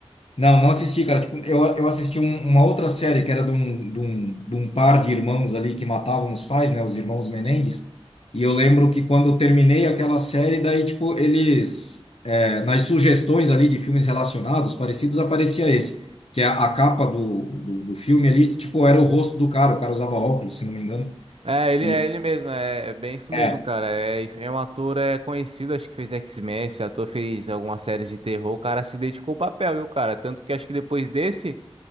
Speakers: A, on the left; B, on the right.
A: Não, não assisti, cara. Tipo, eu, eu assisti um- uma outra série que era de um, de um, de um par de irmãos ali que matavam os pais, né? Os irmãos Menendez. E eu lembro que quando eu terminei aquela série, daí, tipo, eles, é, nas sugestões ali de filmes relacionados, parecidos, aparecia esse, que é a, a capa do, do, do filme ali, tipo, era o rosto do cara. O cara usava óculos, se não me engano.
B: É, ele
A: E
B: é ele mesmo, é, é bem isso
A: é,
B: mesmo, cara. É, é um ator é conhecido, acho que fez X-Men, esse ator fez algumas séries de terror, o cara se dedicou ao papel, viu, cara? Tanto que acho que depois desse,